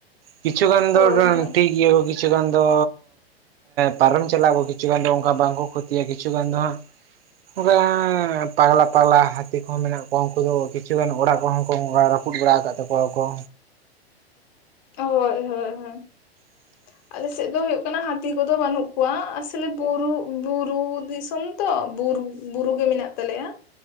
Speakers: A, on the right; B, on the left.
A: ᱠᱤᱪᱷᱩᱜᱟᱱ
B: ᱦᱳᱭ
A: ᱫᱚ
B: ᱦᱳᱭ
A: ᱴᱷᱤᱠ ᱜᱮᱭᱟ ᱠᱚ ᱠᱤᱪᱷᱩ ᱜᱟᱱ ᱫᱚ ᱯᱟᱨᱚᱢ ᱪᱟᱞᱟᱜ ᱟᱠᱚ, ᱠᱤᱪᱷᱩ ᱜᱟᱱ ᱫᱚ ᱚᱱᱠᱟ ᱵᱟᱝᱠᱚ ᱠᱷᱚᱛᱤᱭᱟ᱾ ᱠᱤᱪᱷᱩ ᱜᱟᱱ ᱫᱚ ᱦᱟᱸᱜ ᱚᱱᱠᱟ ᱯᱟᱜᱽᱞᱟ ᱯᱟᱜᱽᱞᱟ ᱦᱟᱹᱛᱤ ᱠᱚᱦᱚᱸ ᱢᱮᱱᱟᱜ ᱠᱚᱣᱟ᱾ ᱩᱱᱠᱩ ᱫᱚ ᱠᱤᱪᱷᱩᱜᱟᱱ ᱚᱲᱟᱜ ᱠᱚᱦᱚᱸ ᱠᱚ ᱨᱟᱹᱯᱩᱫ ᱵᱟᱲᱟ ᱠᱟᱫ ᱛᱟᱠᱚ ᱣᱟᱠᱚ᱾
B: ᱦᱳᱭᱻ ᱦᱳᱭᱻ ᱦᱳᱭᱻ᱾
A: <inaudible>
B: ᱟᱞᱮᱥᱮᱫ ᱫᱚ ᱦᱳᱭᱳᱜ ᱠᱟᱱᱟ ᱦᱟᱹᱛᱤ ᱠᱚᱫᱚ ᱵᱟᱹᱱᱩᱜ ᱠᱚᱣᱟ, ᱟᱥᱚᱞᱮ ᱵᱩᱨᱩ, ᱵᱩᱨᱩ ᱫᱤᱥᱚᱢ᱾ ᱛᱚ ᱵᱩᱨᱩ, ᱵᱩᱨᱩ ᱜᱮ ᱢᱮᱱᱟᱜ ᱛᱟᱞᱮᱭᱟ